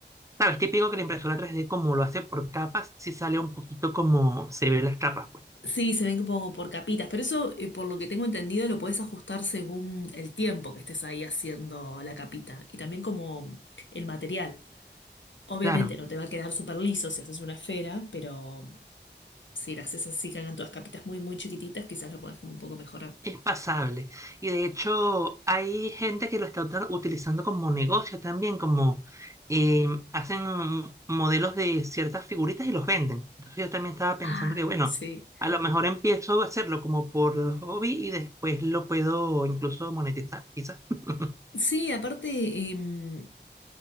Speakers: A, on the right; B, on the left.
A: ¿sabes? Típico que la impresora tres d como lo hace por capas, sí sale un poquito como se ve las capas, pues.
B: Sí, se ven como por capitas, pero eso, eh, por lo que tengo entendido, lo puedes ajustar según el tiempo que estés ahí haciendo la capita y también como el material. Obviamente
A: Claro.
B: no te va a quedar súper liso si haces una esfera, pero si la haces así, que hagan todas capitas muy, muy chiquititas, quizás lo puedes como un poco mejorar.
A: Es pasable. Y de hecho, hay gente que lo está uta- utilizando como negocio también, como eh, hacen modelos de ciertas figuritas y los venden. Entonces yo también estaba pensando
B: Ah,
A: que, bueno,
B: Sí.
A: a lo mejor empiezo a hacerlo como por hobby y después lo puedo incluso monetizar, quizás. <laughs>
B: Sí, aparte, em,